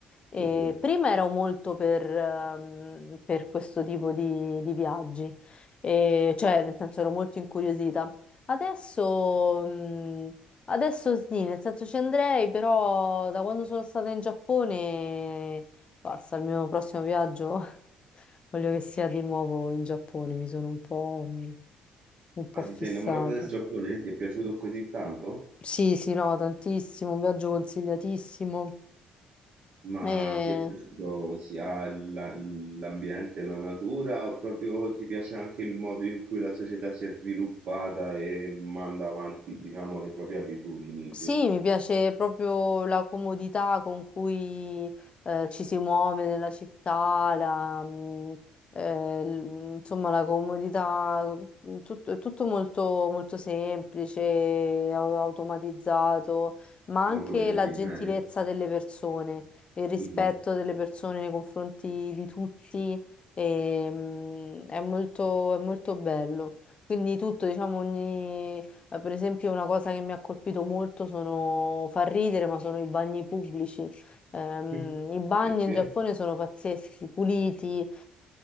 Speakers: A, on the left; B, on the right.
A: E
B: Mhm.
A: prima ero molto per, ehm, per questo tipo di, di viaggi, E cioè nel senso ero molto incuriosita. Adesso, mh, adesso sì, nel senso ci andrei, però da quando sono stata in Giappone, basta, il mio prossimo viaggio <laughs> voglio che sia di nuovo in Giappone, mi sono un po', mh, un po'
B: Ah, ti
A: fissata.
B: sei innamorata del Giappone? Ti è piaciuto così tanto?
A: Sì, sì, no, tantissimo, un viaggio consigliatissimo.
B: Ma
A: E-
B: ti è piaciuto sia la- l'ambiente, la natura, o proprio ti piace anche il modo in cui la società si è sviluppata e manda avanti, diciamo, le proprie abitudini
A: Sì,
B: lì?
A: mi piace proprio la comodità con cui eh, ci si muove nella città, la, mm, eh, l- insomma la comodità, mm, tutto, è tutto molto, molto semplice, au- automatizzato, ma
B: Sono
A: anche
B: collegati
A: la gentilezza
B: bene?
A: delle persone, il rispetto
B: Mhm.
A: delle persone nei confronti di tutti, e, mm, è molto, è molto bello. Quindi tutto, diciamo, ogni eh, Per esempio, una cosa che mi ha colpito molto sono, fa ridere, ma sono i bagni pubblici. Ehm,
B: <laughs>
A: i bagni
B: Perché?
A: in Giappone sono pazzeschi, puliti, eh,